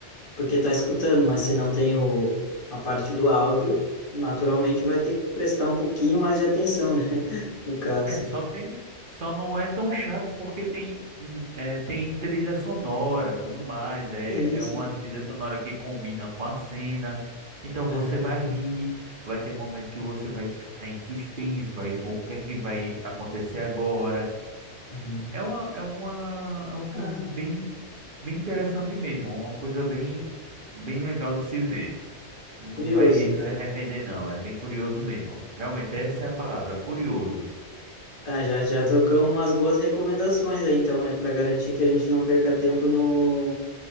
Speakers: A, on the left (about 50°); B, on the right (about 50°).
A: Porque tá escutando, mas se não tem o, a parte do áudio, naturalmente vai ter que prestar um pouquinho mais de atenção, né? <laughs> No caso.
B: é, só tem, só não é tão chato porque tem, hum, é, tem trilha sonora, tudo mais. É,
A: Sim,
B: é
A: sim.
B: uma trilha sonora que combina com a cena. Então
A: Aham,
B: você vai rir, vai ter momento que você vai ficar em suspense, vai, o que é que vai acontecer agora?
A: aham.
B: É uma, é uma, é um filme
A: Ah,
B: bem, bem interessante mesmo, é uma coisa bem, bem legal de se ver. Não
A: curioso,
B: vai
A: cara.
B: se arrepender, não. É bem curioso mesmo. Realmente, essa é a palavra, curioso.
A: Ah, já, já trocamos umas boas recomendações aí, então, né? Para garantir que a gente não perca tempo no,